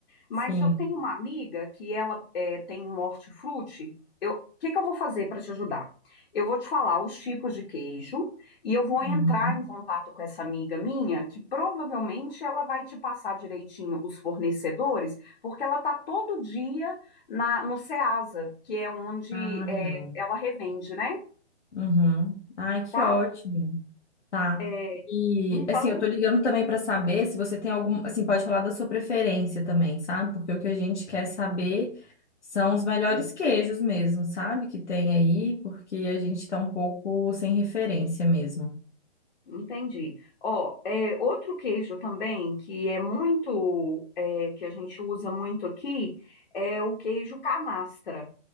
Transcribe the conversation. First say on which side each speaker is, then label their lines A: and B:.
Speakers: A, on the left; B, on the left.
A: Mas
B: Sim.
A: eu tenho uma amiga que ela é, tem um hortifruti. Eu, o que que eu vou fazer para te ajudar? Eu vou te falar os tipos de queijo e eu vou
B: Uhum.
A: entrar em contato com essa amiga minha, que provavelmente ela vai te passar direitinho os fornecedores, porque ela está todo dia na, no Ceasa, que é onde
B: Ah,
A: é,
B: legal.
A: ela revende, né?
B: Uhum. Ai, que
A: Tá?
B: ótimo. Tá.
A: É,
B: E
A: Então,
B: assim, eu tô ligando também para saber se você tem algum, assim, pode falar da sua preferência também, sabe? Porque o que a gente quer saber são os melhores queijos mesmo, sabe? Que tem aí, porque a gente tá um pouco sem referência mesmo.
A: entendi. Ó, é, outro queijo também que é muito, é, que a gente usa muito aqui, é o queijo canastra.